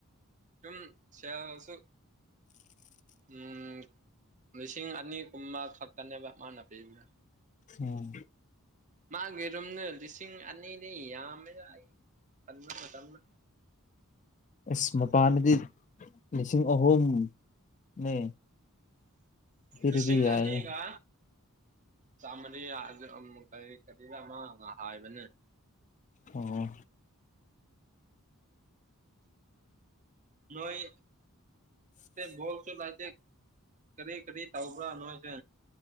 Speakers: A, on the right (about 35°); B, on the left (about 35°).
A: ꯑꯗꯨꯝ ꯁꯦꯜꯁꯨ ꯎꯝ ꯂꯤꯁꯤꯡ ꯑꯅꯤꯒꯨꯝꯃ ꯈꯛꯇꯅꯦꯕ ꯃꯥꯅ ꯄꯤꯕꯗꯨ
B: ꯑꯣ
A: ꯃꯥꯒꯤ ꯔꯨꯝꯗꯨ ꯂꯤꯁꯤꯡ ꯑꯅꯤꯗꯤ ꯌꯥꯝꯃꯦꯗ ꯑꯩꯅ ꯈꯟꯕ ꯃꯇꯝꯗ
B: ꯑꯦꯁ ꯃꯄꯥꯟꯗꯗꯤ ꯂꯤꯁꯤꯡ ꯑꯍꯨꯝꯅꯦ ꯁꯤꯗꯗꯤ
A: ꯂꯤꯁꯤꯡ
B: ꯌꯥꯏꯌꯦ
A: ꯑꯅꯤꯒ ꯆꯥꯝꯃꯔꯤ ꯔꯥ ꯑꯝ ꯀꯔꯤ ꯀꯔꯤꯕ ꯑꯃ ꯍꯥꯏꯕꯅꯦ
B: ꯑꯣ
A: ꯅꯣꯏ <unintelligible> ꯕꯣꯜꯁꯨ <unintelligible> ꯀꯔꯤ ꯀꯔꯤ ꯇꯥꯎꯕ꯭ꯔꯥ ꯅꯣꯏꯁꯦ